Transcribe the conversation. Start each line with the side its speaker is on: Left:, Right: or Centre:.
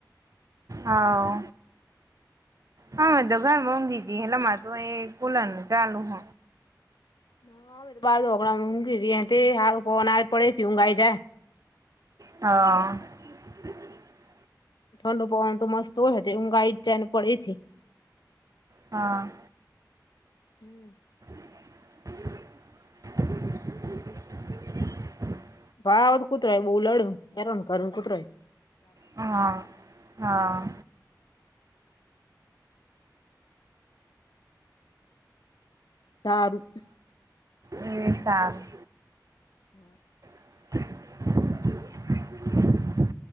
Right: હા હા તો ઘર મોંઘી જી એટલે મારે તો એ કુલર ન ચાલુ હ
Left: <unintelligible> તે હારું પવાના પડેથી ઊંઘાઈ જાય
Right: હા <inaudible>
Left: ઠંડુ પવન તો મસ્ત હોય છે ઊંઘાઈ જાયને પડેથી
Right: હા.
Left: હમ્મ.
Right: <inaudible>
Left: ભાવ તો કુતરાય બહુ લડ હેરાન કરું કુતરય
Right: હા, હા.
Left: તારું
Right: ઈ વિસારું.
Left: <inaudible>
Right: <inaudible>